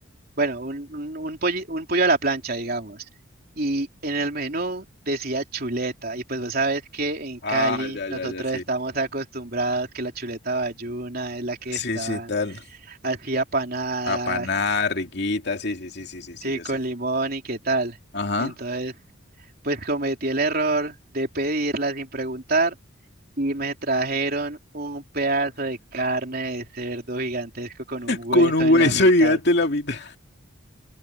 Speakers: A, on the right (about 45°); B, on the left (about 55°).
A: Bueno, un, un, un, polli- un pollo a la plancha, digamos. Y en el menú decía chuleta. Y pues vos sabes que en
B: Ah,
A: Cali
B: ya,
A: nosotros
B: ya, ya, sí.
A: estamos acostumbrados que la chuleta bayuna es la que
B: Sí,
A: está
B: sí, tal.
A: así apanada,
B: Apanada, riquita, sí, sí, sí, sí, sí, sí,
A: sí,
B: yo
A: con
B: sé.
A: limón y qué tal.
B: Ajá.
A: Entonces, pues cometí el error de pedirla sin preguntar y me trajeron un pedazo de carne de cerdo gigantesco con un hueso
B: Con un
A: en
B: hueso
A: la mitad.
B: gigante en la mitad.